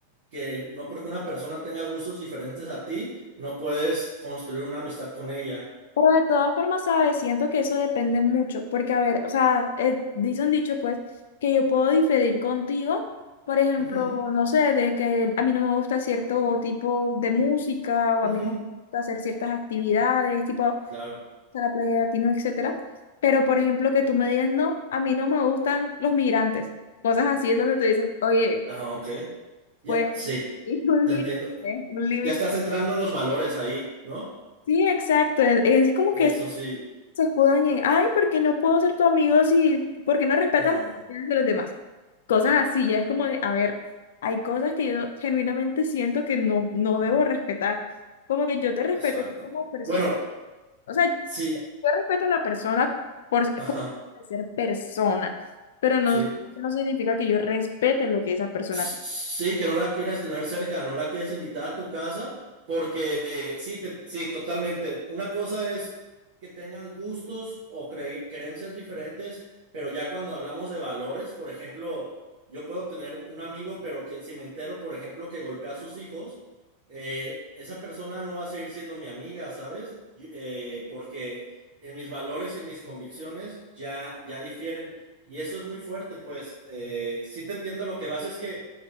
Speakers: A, on the right; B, on the left.
A: que no porque una persona tenga gustos diferentes a ti, no puedes construir una amistad con ella.
B: Pero de todas formas, ¿sabes? Siento que eso depende mucho, porque a ver, o sea, eh, dice un dicho pues que yo puedo diferir contigo, por ejemplo,
A: Ujú,
B: no sé, de que a mí no me gusta cierto tipo de música o
A: ujú,
B: a mí no me gusta hacer ciertas actividades, tipo ir
A: claro.
B: a la playa de latino, etcétera. Pero por ejemplo, que tú me digas, no, a mí no me gustan los migrantes, cosas así es donde te dices, oye,
A: Ah, ok. Ya,
B: pues... <laughs>
A: sí,
B: es un
A: te
B: límite,
A: entiendo.
B: un límite
A: Ya estás entrando en los valores ahí, ¿no?
B: Sí, exacto. Es es como
A: Eso
B: que
A: sí,
B: se escudan en, ay, ¿por qué no puedo ser tu amigo si, por qué no respetas
A: no,
B: las opiniones de los demás? Cosas así, ya es como de, a ver, hay cosas que yo genuinamente siento que no, no debo respetar. Como que yo te respeto
A: exacto.
B: a ti como persona.
A: Bueno,
B: O sea, yo
A: sí,
B: respeto a la persona por,
A: ajá,
B: por ser persona, pero no,
A: sí,
B: eso no significa que yo respete lo que esa persona
A: Sí, que no la quieres tener cerca, no la quieres invitar a tu casa, porque eh, sí, te- sí, totalmente. Una cosa es que tengan gustos o cre- creencias diferentes, pero ya cuando hablamos de valores, por ejemplo, yo puedo tener un amigo, pero que si me entero, por ejemplo, que golpea a sus hijos, eh, esa persona no va a seguir siendo mi amiga, ¿sabes? Y- eh, porque en mis valores y en mis convicciones ya, ya difieren. Y eso es muy fuerte, pues eh, sí te entiendo, lo que vas es que,